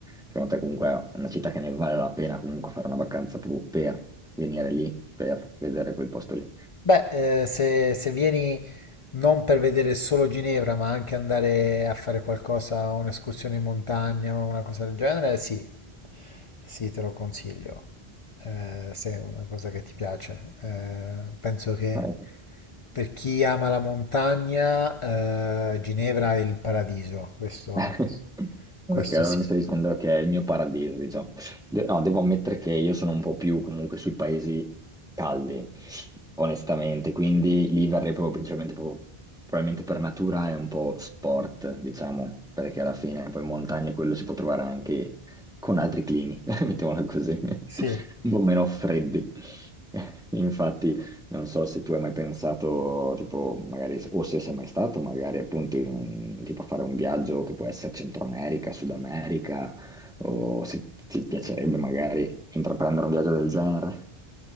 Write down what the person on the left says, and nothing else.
Beh, eh, se, se vieni non per vedere solo Ginevra, ma anche andare a fare qualcosa, un'escursione in montagna o una cosa del genere, sì, sì, te lo consiglio, eh, se è una cosa che ti piace. Eh, penso che
per chi ama la montagna, eh, Ginevra è il paradiso, questo,
questo
sì.
Sì.